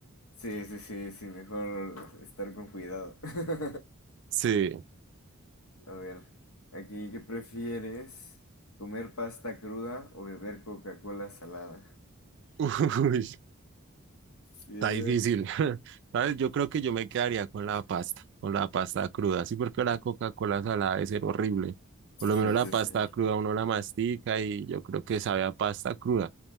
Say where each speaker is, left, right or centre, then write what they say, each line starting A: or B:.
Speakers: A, on the left; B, on the right.
A: sí, sí, sí, sí, mejor estar con cuidado. <laughs>
B: Sí.
A: A ver, aquí, ¿qué prefieres? ¿Comer pasta cruda o beber Coca-Cola salada?
B: <laughs>
A: Qué
B: Uy.
A: raro. Sí,
B: Está difícil. <laughs> ¿Sabes? Yo creo que yo me quedaría con la pasta, con la pasta cruda. Sí, porque la Coca-Cola salada debe ser horrible. Por
A: sí,
B: lo menos la
A: sí.
B: pasta
A: sí.
B: cruda uno la mastica y yo creo que sabe a pasta cruda.